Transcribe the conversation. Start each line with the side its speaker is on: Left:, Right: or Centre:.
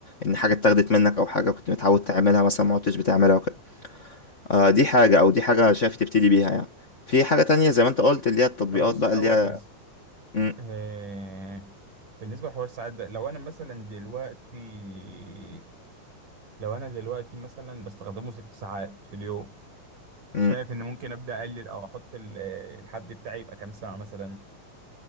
Left: ان حاجه اتاخدت منك او حاجه كنت متعود تعملها مثلا ما عدتش بتعملها وكده آه، دي حاجة أو دي حاجة شايف تبتدي بيها يعني في حاجة تانية زي ما أنت قلت اللي هي التطبيقات
Right: طب بص
Left: بقى
Right: الاول
Left: اللي هي
Right: بس
Left: مم،
Right: آه، بالنسبة لحوار الساعات ده لو أنا مثلا دلوقتي لو أنا دلوقتي مثلا بستخدمه ست ساعات في اليوم شايف
Left: مم.
Right: إن ممكن أبدأ أقلل أو أحط ال- الحد بتاعي يبقى كام ساعة مثلا